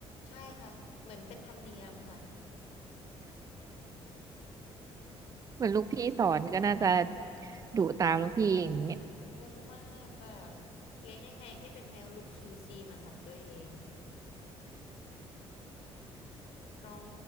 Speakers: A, on the left (about 80°); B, on the right (about 35°).
A: ใช่ค่ะเหมือนเป็นธรรมเนียมค่ะ
B: เหมือนลูกพี่สอนก็น่าจะดุตามลูกพี่อย่างเงี้ย
A: งงงงมากแบบเลี้ยงยังไงให้เป็นแมวหลุด QC เหมือนของตัวเอง น้อง